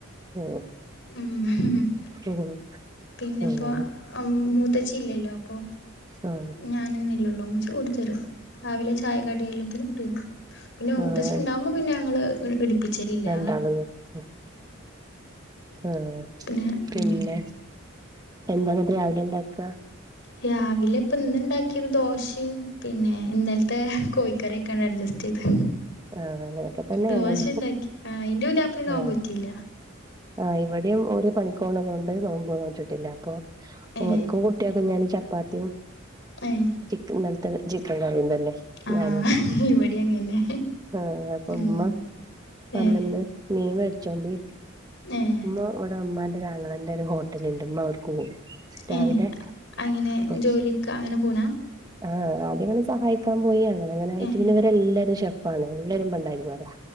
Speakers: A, on the right; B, on the left.
A: ആഹ്
B: ഉം
A: ആഹ്
B: പിന്നെപ്പോ
A: ആഹ്
B: അമ്‌മൂ മുത്തശ്ശി ഇല്ലല്ലോ അപ്പൊ
A: ആഹ്
B: ഞാനൊന്നല്ലേള്ളൂ ഉമ്മച്ചി കൂട്ടിത്തരോ രാവിലെ ചായ കടി എല്ലാത്തിനും ഇട്ട് തരും പിന്നെ
A: ആഹ്
B: മുത്തശ്ശി
A: ആഹ്
B: ഉണ്ടാകുമ്പോ പിന്നെ ഞങ്ങള് എ എടിപ്പിച്ചലില്ലേ
A: <unintelligible> ഇഹ് ആഹ്
B: പിന്നെ
A: പിന്നെ
B: ഉം
A: എന്താണ് അത്ര രാവിലെ ഉണ്ടാക്കാ
B: രാവിലെ ഇപ്പ ഇന്ന് ഇണ്ടാക്കിയത് ദോശേം പിന്നെ ഇന്നലത്തെ കോഴിക്കറിയൊക്കെ ആണ് അഡ്ജസ്റ്റ് ചെയ്ത്
A: ആഹ് അങ്ങനെയൊക്കെ തന്നെ
B: ദോശ
A: ഞങ്ങള്
B: ഇണ്ടാക്കി ആ അയിന്റെ ഒര് ആപ്പിളി നോമ്പ്
A: ആഹ്
B: പറ്റീല്ല
A: ആഹ് ഇവിടെയും ഒരു പണിക്കോണക്കെ ഒണ്ട് നോമ്പ് നോറ്റിട്ടില്ല അപ്പൊ
B: ഏ
A: ഓർക്കും കുട്ടിയേക്കും ഞാൻ ചപ്പാത്തിയും
B: ഏ
A: ചിക്കൻ ഇന്നല്ലത്തെ ചിക്കൻ കറിയും തന്നെ
B: ആഹ്
A: ഞാനും
B: ഇവിടിം അങ്ങന്നെ
A: ആഹ് അപ്പം
B: ഉം
A: ഉമ്മ പറഞ്ഞന്ന്
B: ഏഹ്
A: മീൻ മേടിച്ചോണ്ടേ ഇരിക്കും
B: ഏഹ്
A: ഉമ്മ ഇവിടെ ഉമ്മാൻ്റെ ഒര് അങ്ങളേൻ്റെ ഒര് ഹോട്ടലുണ്ട് ഉമ്മ അവിടേക്ക് പോവും രാവിലെ
B: ഏ അങ്ങനെ
A: അപ്പൊ
B: ജോലിക്ക് അങ്ങനെ പോനാ
A: ആഹ് ആദ്യങ്ങനെ സഹായിക്കാൻ പോയി അങ്ങനെ അങ്ങനെ ആയിട്ട്
B: ഏഹ്
A: പിന്നെവരെല്ലാരും ഷെഫാണ് എല്ലാരും പണ്ടാരിമാരാ